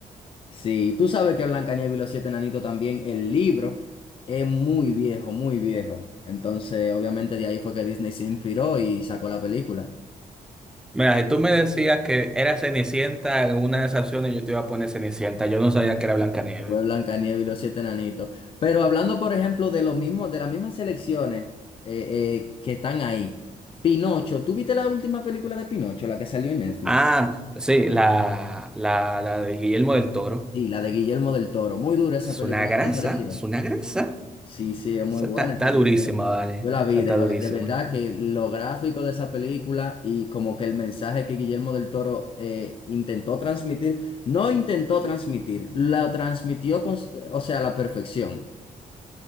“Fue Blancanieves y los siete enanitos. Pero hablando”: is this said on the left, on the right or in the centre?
Left